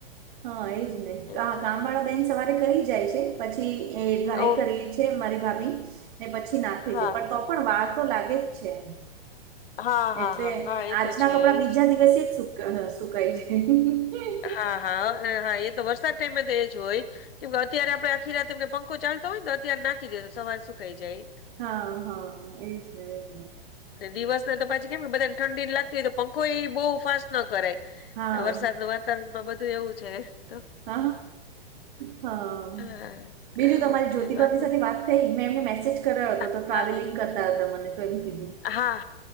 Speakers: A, on the right; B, on the left.
A: હા એજ નહી,
B: એજ
A: કામળ
B: ને
A: બેન સવારે કરી જાય છે પછી એ ડ્રાય
B: ઓ
A: કરી છે મારી ભાભી ને પછી નાખે
B: હા
A: છે પણ તો પણ વાર તો લાગે જ છે.
B: હા હા
A: એટલે
B: હા હા એ
A: આજના
B: તો છે
A: કપડા
B: એજ
A: બીજા દિવસે જ સુકાય જાય.
B: હા હા હા એ તો વરસાદ ટાઈમે તો એ જ હોય. કેમકે અત્યારે આપડે આખી રાતમને પંખો ચાલતો હોય ને અત્યારે નાખી દે તો સવાર સુકાઈ જાય.
A: હા હા એજ એજ
B: દિવસ નાને તો પાછી કેમ કે બધાને ઠડી લાગતી હોય, તો પંખો એ બહુ ફાસ્ટ ન કરાય
A: હા
B: આ વરસાદ ન વાતાવરણમાં બધુ એવુ છે, તો
A: હ હા
B: હા
A: બીજું તમારી
B: ઓકે
A: જ્યોતિભાભી
B: બાકી
A: સાથે વાત મેં એમને મેસેજ કર્યો હતો,
B: હા
A: તો ટ્રાવેલિંગ
B: હા
A: કરતા હતા મને તો એમ કીધુ
B: હા